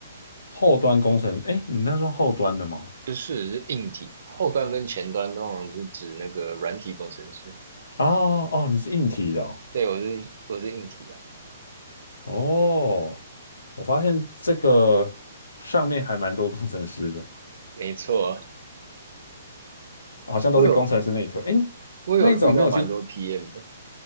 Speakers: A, on the left; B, on the right.
A: 后端工程，哎，你那算后端的吗？
B: 不是是硬体，后端跟前端通常是指那个软体工程师。
A: 哦哦，你是硬体的哦。
B: 对，我是我是硬体的，
A: 哦，我发现这个上面还蛮多工程师的，
B: 没错。
A: 好像都是工程师那一头。
B: 我有
A: 哎，
B: 我有遇到蛮多
A: 那你怎么没有去？
B: PM 的。